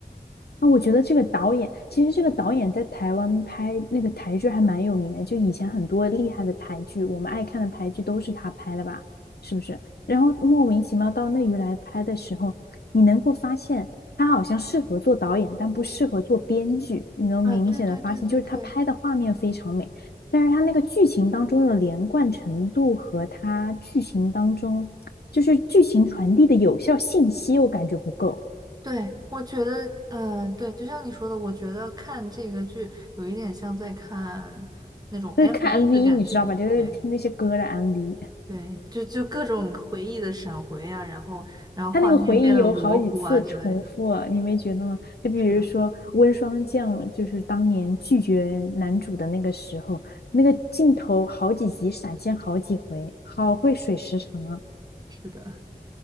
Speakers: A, on the left; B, on the right.
A: 那我觉得这个导演，其实这个导演在台湾拍那个台剧还蛮有名的，就以前很多厉害的台剧，我们爱看的台剧都是他拍的吧？是不是？然后莫名其妙到内娱来拍的时候，你能够发现他好像适合做导演，但不适合做编剧。你能明显的发现，
B: 啊，对对对对对
A: 就是他拍的画面非常美，但是他那个剧情当中的连贯程度和他剧情当中就是剧情传递的有效信息，我感觉不够。
B: 对，我觉得，呃，对，就像你说的，我觉得看这个剧有一点像在看那种
A: 就是看
B: MV
A: MV，
B: 的感觉，
A: 你知道吧？就是听那些歌的
B: 对
A: MV，
B: 对，就就各种回忆的闪回啊，然后然后画面变得模糊啊之类的，
A: 他那个回忆有好几次重复，你没觉得吗？就比如说温霜降，
B: 是的，
A: 就是当年拒绝男主的那个时候，那个镜头好几集闪现好几回，好会水时长啊，
B: 是的，